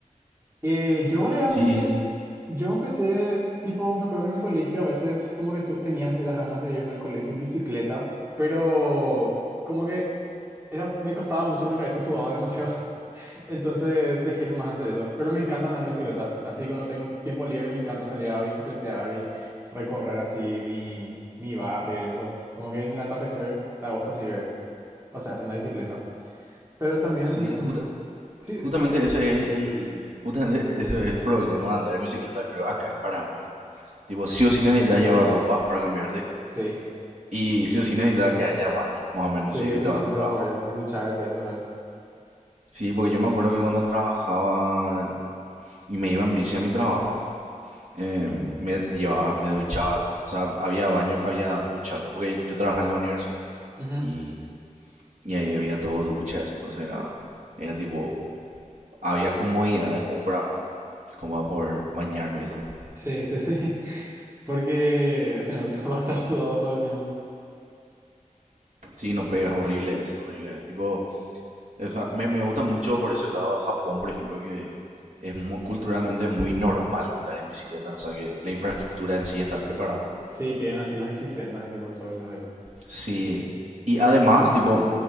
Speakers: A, on the right (about 20°); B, on the right (about 65°).
A: Eh, yo realmente,
B: Sí,
A: yo empecé, tipo, me acuerdo que en el colegio a veces como que tú tenías así las ganas de irme al colegio en bicicleta, pero como que era, me costaba mucho porque a veces sudaba <laughs> demasiado. Entonces dejé más hacer eso. Pero me encanta andar en bicicleta. Así cuando tengo tiempo libre me encanta salir a bicicletear y recorrer así mi, mi barrio y eso. Como que en el atardecer te gusta así ver, pasarse en la bicicleta. Pero también...
B: sí, justa-
A: Sí,
B: justamente
A: sí, más.
B: ese es el, justamente <laughs> ese es el problema de andar en bicicleta, creo, acá en Paraguay. Tipo, sí o sí necesitas llevar ropa para cambiarte.
A: Sí,
B: Y sí o sí necesitaba que haya baño, más o menos,
A: sí,
B: si es que
A: sí,
B: te
A: sí,
B: vas a tu
A: para
B: trabajo.
A: poder luchar de eso otra vez.
B: Sí, porque yo me acuerdo que cuando trabajaba y me iba en bici a mi trabajo, eh, me llevaba, me duchaba algo. O sea, había baño, había ducha algo, porque yo trabajaba en la universidad.
A: Ujú.
B: Y, y ahí había todo duchas, entonces era, era tipo, había comodidades como para, como para poder bañarme y eso.
A: Sí, sí, sí. <laughs> Porque si no, <laughs> vas a estar sudado todo el tiempo.
B: Sí, no pegas, horrible, es horrible. es. Tipo, O sea, me, me gusta mucho por ese lado Japón, por ejemplo, que es muy, culturalmente muy normal andar en bicicleta. O sea que la infraestructura en sí está preparada.
A: Sí, tienen así las bicisendas así por todos lados. eso.
B: Sí. Y además, tipo,